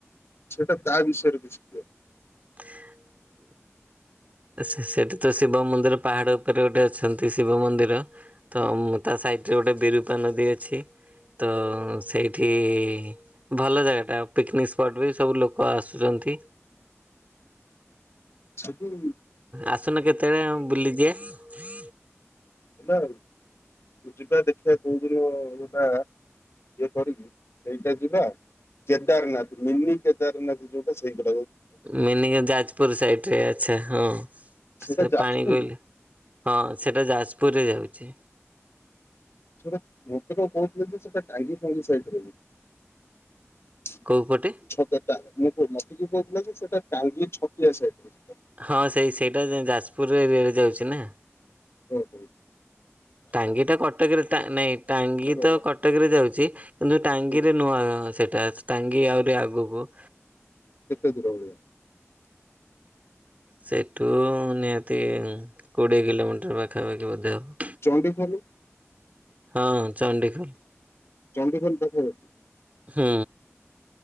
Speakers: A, on the left (about 60°); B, on the right (about 30°).
A: ସେଟା ତା ବିଷୟରେ କିଛି
B: <inaudible> ସେ ସେଠି ତ ଶିବ ମନ୍ଦିର ପାହାଡ ଉପରେ ଗୋଟେ ଅଛନ୍ତି ଶିବ ମନ୍ଦିର ତ ମୁଁ ତା ସାଇଟରେ ଗୋଟେ ବିରୁପା ନଦୀ ଅଛି। ତ ସେଇଠି ଭଲ ଜାଗା ଟା ପିକନିକ ସ୍ପଟ ବି ସବୁ ଲୋକ ଆସୁଚ ତି
A: ସେଠି ଆମେ
B: ଆସୁନ କେତେବେଳେ ବୁଲି ଯିବା।
A: ହେଲା ଆଉ ଯିବା ଦେଖିବା କୋଉ ଦିନ ଗୋଟା କରିବି ସେଇଟା ଯିବା କେଦାରନାଥ ମିନି କେଦାରନାଥ ଯୋଉଟା ସେଇଟା
B: ମିନି କେ ଯାଜପୁର ସାଇଟ ରେ ଆଛା ହଉ
A: ସେଇଟା
B: ସେ
A: ଯାଜପୁର
B: ପାଣି କୋଇଲି ହଁ ସେଟା ଯାଜପୁରରେ ଯାଉଚି।
A: ସେଟା ମୋତେ ତ କହୁଥିଲେ ଯେ ସେଟା ଟାଙ୍ଗୀ ଫାଙ୍ଗି ସାଇଟ ରେ ବୋଲି
B: କୋଉ ପଟେ?
A: ଛତା ଟା ମୁଁ କ ମତେ ବି କହୁଥିଲା କି ସେଟା ଟାଙ୍ଗୀ ଛତିଆ ସାଇଟ ରେ
B: ହଁ ସେଇ ସେଇଟା ଯାଜପୁରରେ ରେ ଯାଉଚି ନା
A: ଓ ହୋ।
B: ଟାଙ୍ଗି ଟା କଟକରେ ଟା ନାଇଁ ଟାଙ୍ଗି
A: ରହିଲାଣି
B: ତ କଟକରେ ଯାଉଚି, କିନ୍ତୁ ଟାଙ୍ଗିରେ
A: ହୁଁ
B: ନୂଆ ସେଇଟା ଟାଙ୍ଗୀ ଆହୁରି ଆଗୁକୁ
A: କେତେ ଦୂର?
B: ସେଠୁ ନିହାତି କୋଡ଼ିଏ କିଲୋମିଟର ପାଖାପାଖି ବୋଧେ ହବ।
A: ଚଣ୍ଡିଖୋଲ।
B: ହଁ ଚଣ୍ଡିଖୋଲ।
A: ଚଣ୍ଡିଖୋଲ ପାଖାପାଖି।
B: ହଁ।